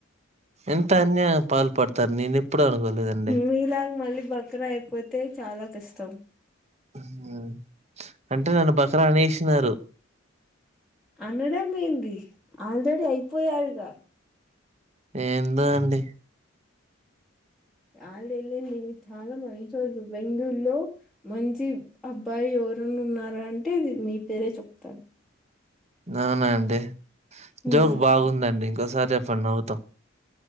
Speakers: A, on the right; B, in the centre.
A: ఎంత అన్యయం పాల్ పడుతారు నేను ఎప్పుడు అనుకోలేదండి
B: మీలాగ మళ్ళీ బక్ర అయిపోతే చాలా కష్టం
A: మ్ హు అంటే నన్ను బక్రా అనేసినరు
B: అనడం ఏంది ఆల్రెడీ అయిపోయాడుగా
A: ఏందో అండి
B: వాళ్ళు వెళ్ళిందివి చాలా మంచి రోజు బెంగూరులో మంచి అబ్ బ్బాయి ఎవరన్నా ఉన్నారా అంటే ది మీ పేరే చెప్తరు
A: అవునా అండి
B: ఉమ్,
A: జోక్ బాగుందండి ఇంకోసారి చెప్పండి నవ్వుతాం